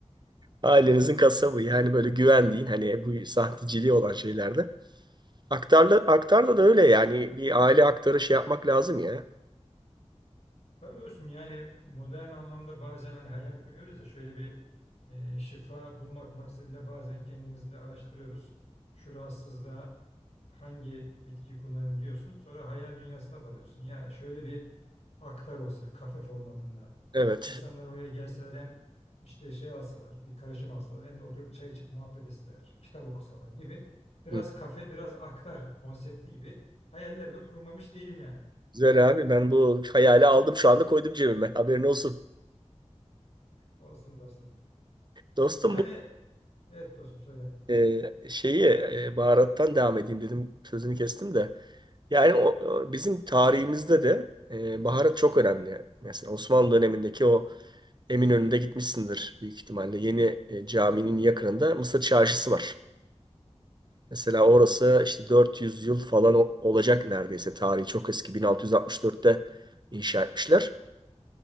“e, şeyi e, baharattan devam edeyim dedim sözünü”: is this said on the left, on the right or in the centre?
Right